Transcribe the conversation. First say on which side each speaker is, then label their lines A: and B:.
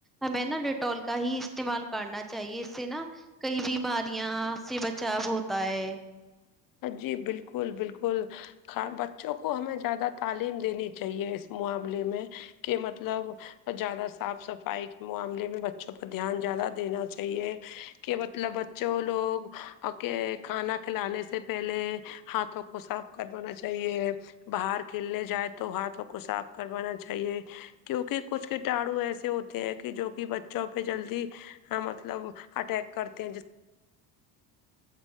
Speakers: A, in the centre; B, on the left.
A: ہمیں نا ڈیٹول کا ہی استعمال کرنا چاہیے اس سے نا کئی بیماریاں سے بچاؤ ہوتا ہے
B: جی بلکل بلکل بچوں کو ہمیں زیادہ تعلیم دینی چاہیے اس معاملے میں کہ مطلب زیادہ صاف صفائی کے معاملے میں ب بچوں پر دھیان زیادہ دینا چاہیے کہ مطلب بچوں لوگ اک کھانا کھلانے سے پہلے ہاتھوں کو صاف کروانا چاہیے باہر کھیلنے جائے تو ہاتھوں کو صاف کروانا چاہیے کیونکہ کچھ کٹاڑو ایسے ہوتے ہیں کہ جو کہ بچوں پہ جلدی مطلب اٹیک کرتے ہیں جس